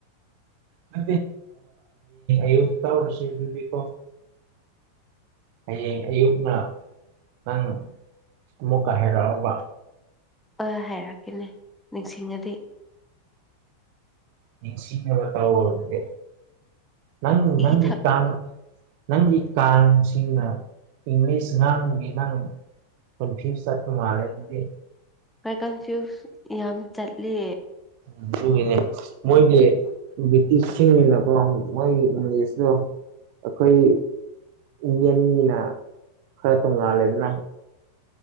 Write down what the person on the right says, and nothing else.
ꯃ ꯑꯛꯇꯔꯁꯕꯣ ꯍꯌꯦꯡ ꯑꯌꯨꯛꯅ ꯅꯪ ꯑꯃꯨꯛꯀ ꯍꯥꯏꯔꯛꯕ
ꯅꯤꯡꯁꯤꯔ ꯇꯥꯎꯕ ꯑꯣꯏꯗꯦ ꯅꯪ ꯅꯪꯒꯤ
ꯀꯥ ꯅꯪꯒꯤ ꯀꯥꯡꯁꯤꯅ ꯏꯪꯂꯤꯁ ꯉꯥꯡꯅꯕꯒꯤ ꯏꯥꯡ ꯐꯤ ꯁꯠꯄ ꯃꯥꯂꯗꯤ
ꯑꯗꯨꯒꯤꯅꯦ ꯃꯣꯏꯒꯤ ꯕ꯭ꯔꯤꯇꯤꯁꯁꯤꯡꯅꯀꯣ ꯃꯣꯏꯒꯤ ꯏꯪꯦꯖꯇꯣ ꯑꯩꯈꯣꯏ ꯗꯤ ꯑꯦꯝ ꯒꯤꯅ ꯈꯔ ꯇꯉꯥꯂꯦꯗꯅ